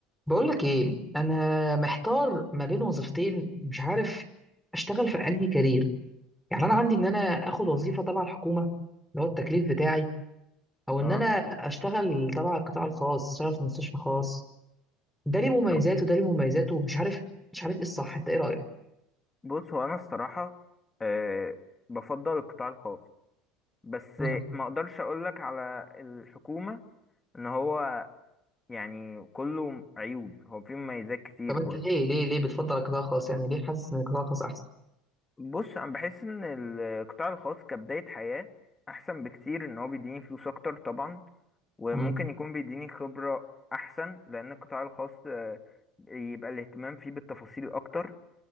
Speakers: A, in the centre; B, on the left.
A: بقولك ايه انا محتار ما بين وظيفتين مش عارف اشتغل في انهي كارير يعني انا عندي ان انا اخد وظيفه تبع الحكومه اللي هو التكليف بتاعي او
B: اه
A: ان انا اشتغل تبع القطاع الخاص اشتغل في مستشفى خاص ده ليه مميزاته
B: طب
A: وده ليه مميزاته ومش عارف مش عارف ايه الصح انت ايه رايك
B: بص هو انا الصراحه أه بفضل القطاع الخاص بس
A: امم
B: ما اقدرش اقول لك على الحكومه ان هو يعني كله عيوب هو فيه مميزات كتير
A: طب انت
B: برضه
A: ليه ليه ليه بتفضل القطاع الخاص يعني ليه حاسس ان القطاع الخاص احسن
B: بص انا بحس ان القطاع الخاص كبدايه حياه احسن بكتير ان هو بيديني فلوس اكتر طبعا وممكن
A: مم.
B: يكون بيديني خبره احسن لان القطاع الخاص آه، يبقى الاهتمام فيه بالتفاصيل اكتر